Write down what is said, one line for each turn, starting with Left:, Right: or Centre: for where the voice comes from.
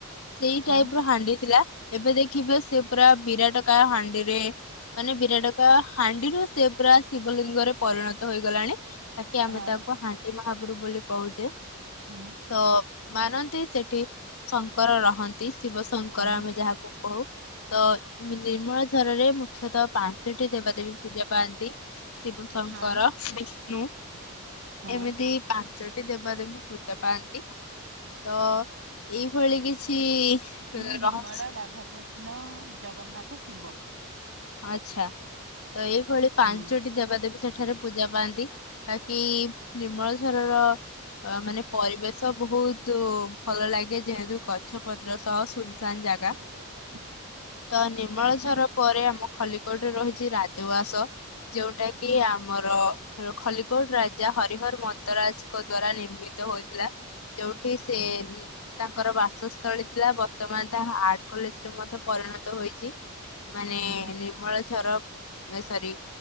Left: ସେଇ
Right: ହଁ
Left: ଟାଇପ ର ହାଣ୍ଡି ଥିଲା। ଏବେ ଦେଖିବ ସେ ପୁରା ବିରାଟ କାୟ ହାଣ୍ଡିରେ ମାନେ ବିରାଟ କାୟ ହାଣ୍ଡିରୁ ସେ ପୁରା ଶିବଲିଙ୍ଗରେ ପରିଣତ ହେଇଗଲାଣି। ବାକି
Right: ହଁ
Left: ଆମେ ତାକୁ ହାଣ୍ଡି ମହାପ୍ରଭୁ ବୋଲି କହୁଛେ।
Right: ହୁଁ
Left: ତ ମାନନ୍ତି ସେଠି ଶଙ୍କର ରହନ୍ତି। ଶିବ ଶ- ଙ୍କର
Right: ହୁଁ
Left: ଆମେ ଯାହାକୁ କହୁ। ତ ନିର୍ମଳ ଝରରେ ମୁଖ୍ୟତଃ ପାଞ୍ଚଟି ଦେବାଦେବୀ ପୂଜା ପାଆନ୍ତି। ଶିବ ଶଙ୍କର,
Right: ହଁ
Left: <unintelligible>
Right: ହଁ
Left: ଏମିତି ପାଞ୍ଚଟି ଦେବା ଦେବୀ ପୂଜା ପାଆନ୍ତି। ତ ଏଇ ଭଳି କିଛି
Right: ମୁଁ ବିମଳା,
Left: ରହସ୍ୟ
Right: ରାଧାକୃଷ୍ଣ, ଜଗନ୍ନାଥ, ଶିବ।
Left: ଆଚ୍ଛା, ତ ଏଇଭଳି
Right: ହୁଁ।
Left: ପାଞ୍ଚଟି ଦେବା ଦେଵୀ ସେଠି ଠାରେ ପୂଜା ପାଆନ୍ତି। ବାକି ନିର୍ମଳ ଝରର ଅ ମାନେ ପରିବେଶ ବହୁତ ଭଲ ଲାଗେ। ଯେହେତୁ ଗଛ ପତ୍ର ସହ ସୁନ୍ ସାନ୍ ଜାଗା।
Right: <inaudible>
Left: ତ ନିର୍ମଳଝର
Right: ଆଚ୍ଛା
Left: ପରେ ଆମ ଖଲିକୋଟ ରେ ରହିଛି ରାଜଉଆସ। ଯୋଉଟା
Right: ହଁ
Left: କି ଆମର, ଖଲିକୋଟ ରାଜା ହରିହର ମଦରାଜ ଙ୍କ ଦ୍ଵାରା ନିର୍ମିତ ହୋଇଥିଲା। ଯୋଉଠି ସେ
Right: ହଁ
Left: ତାଙ୍କର ବାସସ୍ଥଳୀ ଥିଲା। ବର୍ତ୍ତମାନ ତାହା ଆର୍ଟ କଲେଜରେ ମଧ୍ୟ ପରିଣତ ହୋଇଛି। ମାନେ
Right: ହଁ ହଁ
Left: ନିର୍ମଳ ଝରବ୍ ନାଇ ସରି,